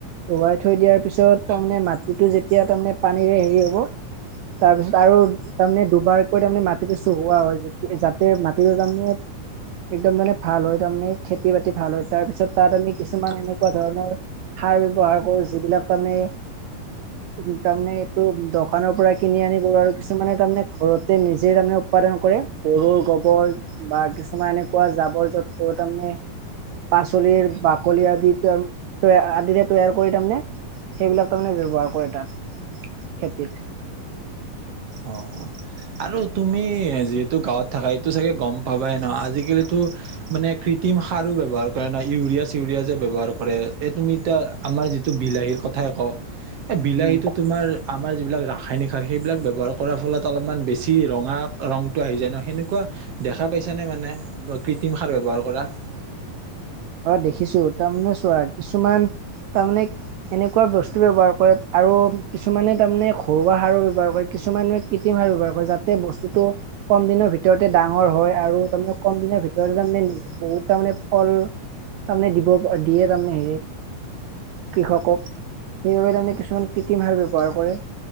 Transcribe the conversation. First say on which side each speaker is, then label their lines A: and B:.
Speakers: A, on the right (about 85°); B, on the right (about 55°).
A: উৱাই থৈ দিয়াৰ পিছত তাৰমানে মাটিটো যেতিয়া তাৰমানে পানীৰে হেৰি হ'ব। তাৰপিছত আৰু তাৰমানে দুবাৰকৈ তাৰমানে মাটিটো চহোৱা হয় যাতে মাটিটো তাৰমানে একদম মানে ভাল হয় তাৰমানে খেতি বাতি ভাল হয় তাৰ পিছত তাত আমি কিছুমান এনেকুৱা ধৰণৰ সাৰ ব্যৱহাৰ কৰো যিবিলাক তাৰমানে উম তাৰমানে এইটো দকানৰ পৰা কিনি আনি কৰো আৰু কিছুমানে তাৰমানে ঘৰতে নিজে তাৰমানে উৎপাদন কৰে গৰুৰ গোবৰ বা কিছুমান এনেকুৱা জাবৰ জত তাৰমানে পাচলিৰ বাকলি আদিতেম তয়ে আদিৰে তৈয়াৰ কৰি তাৰমানে সেইবিলাক তাৰমানে ব্যৱহাৰ কৰে তাত খেতিত।
B: অ অ আৰু তুমি যিহেতু গাঁৱত থাকা এইটো চাগে গম পাবাই ন'আজিকালিতো মানে কৃ কৃত্ৰিম সাৰো ব্যৱহাৰ কৰে ন' ইউৰিয়া চিউৰিয়া যে ব্যৱহাৰ কৰে এই তুমি এতিয়া আমাৰ যিটো বিলাহীৰ কথা য়ে ক' এ বিলাহীতো
A: উম
B: তুমাৰ আমাৰ যিবিলাক ৰাসায়নিক সাৰ সেইবিলাক ব্যৱহাৰ কৰাৰ ফলত অলপমান বেছি ৰঙা ৰংটো আহি যায় ন'সেনেকুৱা দেখা পাইছা নে মানে ব কৃত্ৰ ত্ৰিম সাৰ ব্যয়ৱহাৰ কৰা?
A: অ, দেখিছো তাৰমানে চোৱা কিছুমান তাৰমানে এনেকুৱা বস্তু ব্যৱহাৰ কৰে আৰু কিছুমানে তাৰমানে ঘৰুৱা সাৰো ব্যৱহাৰ কৰে কিছুমানুহে কৃত্ৰিম সাৰ ব্যৱহাৰ কৰে যাতে বস্তুটো কম দিনৰ ভিতৰতে ডাঙৰ হয় আৰু তাৰমানে কম দি ভিতৰত তাৰমানে বহুত তাৰমানে ফল তাৰমানে দিব দিয়ে তাৰমানে হে কৃষকক সেইবাবে তাৰমানে কিছুমান কৃত্ৰিম সাৰ ব্যৱহাৰ কৰে।